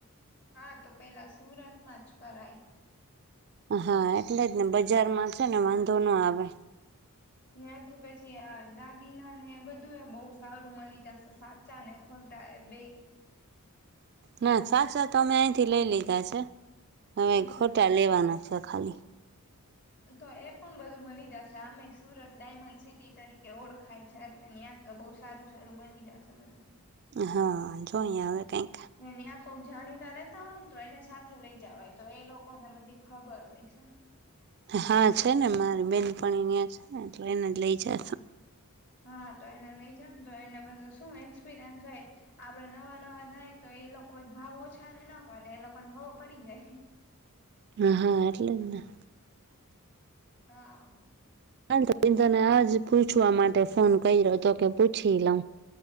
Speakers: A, on the left; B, on the right.
A: હા તો પેલા સુરતમાં જ કરાય
B: હા એટલે જ ને બજારમાં છે ને વાંધો ના આવે
A: ત્યાથી પછી આ દાગીના ને એ બધું એ બહ સારું મળી જશે સાચા ને ખો ટા એ બે
B: ના સાચ સાથ અમે અહીંથી લઈ લીધા છે હમે
A: હમ
B: ખોટા લેવાના પછ્યા ખાલી
A: તો એ પણ બધું મળી જશે આમે સુરત ડાયમંડ સિટી તરીકે ઓળખાય છે એટલે. તો બહુ સારું સારું મળી જશે બધું.
B: હા જો અહીંયા હવે કઈક.
A: ને ન્યા કોક જાણીતા રેતા હોય ને તો એને સાથે લઇ જવાય તો એ લોકોને બધી ખબર હોય. શ.
B: હા છે ને મારી બેન પણ અં છે ને એટલે એને જ લઈ જશે.
A: હા તો એને લઈ જ તો એને બધ શું એક્સપિરિયન્સ હોય આપડે નવા નવા જાય તો. એ લોકો બ ભાવ ઓછા ને ના કરે એ લોકોને ગાવો પડી જાય.
B: હ હા આરલાના.
A: હા.
B: <inaudible> તને આજ પૂછવા માટે ફોન કર્યો હતો કે પૂછી લઉ.